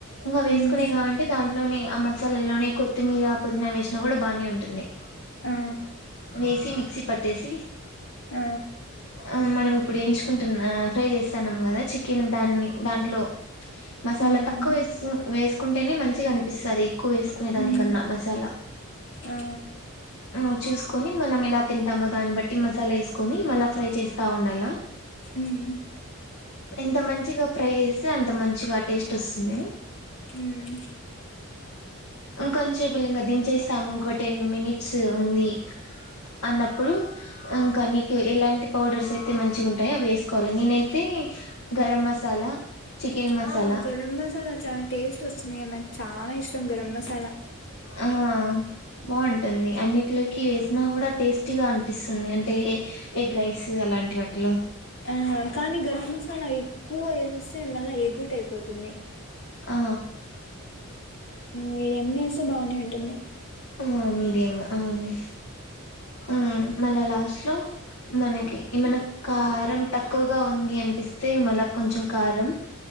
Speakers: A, on the left (about 80°); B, on the left (about 55°).
A: ఇంకా వేసుకునే
B: హ్మ్
A: కావంటే దాంట్లోని ఆమ్ మ దాన్లలోనే కొత్తిమీరా పుదీనా వేసినా కూడా బానే ఉంటుంది.
B: ఆ
A: వేసి మిక్ క్సి పట్టేసి
B: ఆ
A: ఆ మనం ఇప్పుడు ఎంచుకుంటున్నా ఫ్రై వేస్తాన్నాం కదా చికెన్ దాన్ని దాంట్లో మసాలా
B: హ్మ్
A: తక్కువ వేసి వేసుకుంటేనే మంచిగా అనిపిస్తది ఎక్కువ వేసుకునే దానికన్నా
B: హ్మ్
A: మసాలా
B: ఆ
A: ఆ చూసుకొని మనమెలా తింటామో దాని బట్టి మసాలా వేస్ కొని మళ్ళ ఫ్రై చేస్తా ఉండాల
B: మ్మ్
A: ఎంత మంచిగా ఫ్రై చేస్తే అంత మంచిగా టేస్ట్ వస్తుంది
B: ఉమ్
A: ఇంకొంచేపులు ఇంకా దించేస్తాము ఒక టెన్ మినిట్స్ ఉంది అన్నప్పుడు ఇంకొన్ని ఎలాంటి పౌడర్స్ అయితే మంచిగా ఉంటాయో అవి వేసుకోవాలి నేనైతే గరం మసాలా చికెన్ మసాలా
B: ఆ గరం మసాలా చానా టేస్ట్ వస్తుందిగా నాకు చానా ఇష్టం ష్టం గరం మసాల
A: ఆహా బాగుంటుంది అన్నింటిలోకి వేసినా కూడా టేస్టీగా అనిపిస్తుంది అంటే ఎగ్ రైస్ అలాంటి వాటిల్లో
B: ఆ కానీ గరం మసాలా ఎక్కువ ఏసేస్తే మళ్ళా ఎగుటయిపోతుంది
A: ఆ
B: మీడియం గా వేస్తే బానే ఉంటుంది
A: ఆ మీడియంగా ఏ ఉమ్ మల్లా లాస్ట్ లో మనకి ఏమన్న కారం తక్కువగా ఉంది అనిపిస్తే మల్లా కొంచం కారం